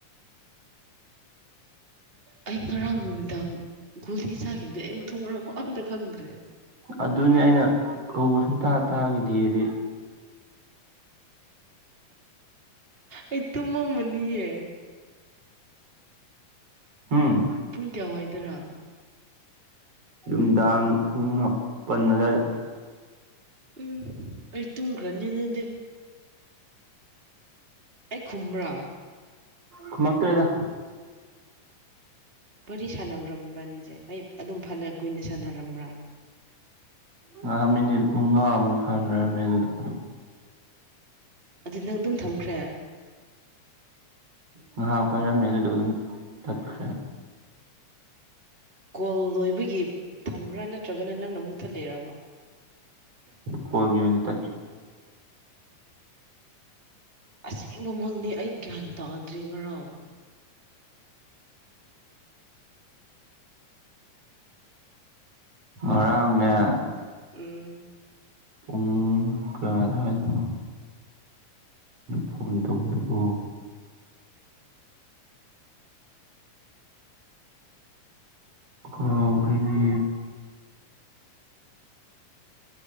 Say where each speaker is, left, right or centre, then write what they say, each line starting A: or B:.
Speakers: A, on the right; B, on the right.
A: ꯑꯩ ꯉꯔꯥꯡ ꯅꯨꯃꯤꯗꯥꯡ ꯒꯨꯂꯤ ꯆꯥꯈꯤꯕꯗꯩ ꯑꯩ ꯃꯊꯣꯡ ꯃꯔꯎ ꯑꯝꯇ ꯈꯪꯗ꯭ꯔꯦ ꯫
B: ꯑꯗꯨꯅꯦ ꯑꯩꯅ ꯀꯧꯕ ꯁꯨꯡꯇꯥꯇꯥꯥꯒꯤꯗꯤꯗꯤ
A: ꯑꯩ ꯇꯨꯝꯃꯝꯃꯅꯤꯌꯦ
B: ꯍꯝ
A: ꯄꯨꯡ ꯀꯌꯥꯋꯥꯏꯗꯔꯥ
B: ꯅꯨꯡꯗꯥꯡ ꯄꯨꯡ ꯍꯥꯄꯟ ꯑꯗꯨꯋꯥꯏꯗ
A: ꯎꯝ ꯑꯩ ꯇꯨꯝꯈ꯭ꯔꯅꯤ ꯑꯗꯨꯗꯤ ꯑꯩ ꯈꯨꯝ꯭ꯔꯥ
B: ꯈꯃꯒ ꯇꯦꯗ
A: ꯋꯥꯔꯤ ꯁꯥꯟꯅꯝ꯭ꯔꯕ ꯏꯕꯥꯅꯤꯁꯦ ꯑꯩ ꯑꯗꯨꯝ ꯐꯅ ꯀꯨꯏꯅ ꯁꯥꯟꯅꯔꯝꯕ꯭ꯔꯥ
B: ꯉꯍꯥꯛ ꯃꯤꯅꯤꯠ ꯃꯉꯥꯃꯨꯛ ꯁꯥꯟꯅꯔꯝꯃꯦ ꯑꯗꯨꯗ ꯑꯗꯨꯝ
A: ꯑꯗꯨ ꯅꯪ ꯑꯗꯨꯝ ꯊꯝ ꯇ꯭ꯔꯦ
B: ꯉꯥꯏꯍꯥꯛ ꯄꯥꯏꯔꯝꯃꯦ ꯑꯗꯨꯗꯣ ꯑꯗꯨꯝ ꯇꯠꯈ꯭ꯔꯦ
A: ꯀꯣꯜ ꯂꯣꯏꯕꯒꯤ ꯊꯝꯕ꯭ꯔꯥ ꯅꯠꯇ꯭ꯔꯒꯅ ꯅꯪꯅ ꯃꯨꯠꯊꯠꯂꯤꯔꯕ
B: ꯐꯣꯜꯒꯣ ꯅ ꯇ
A: ꯑꯁꯦꯡꯕꯃꯛꯅꯤ ꯑꯩ ꯒ꯭ꯌꯥꯟ ꯇꯥꯗ꯭ꯔꯤ ꯉꯔꯥꯡ
B: ꯉꯔꯥꯡꯅꯦ
A: ꯎꯝ
B: ꯄꯨꯡ ꯀꯌꯥꯗꯥꯋꯥꯏꯗꯅꯣ ꯐꯣꯟ ꯇꯧꯕꯗꯨꯕꯨ ꯑꯣ ꯎꯅꯤ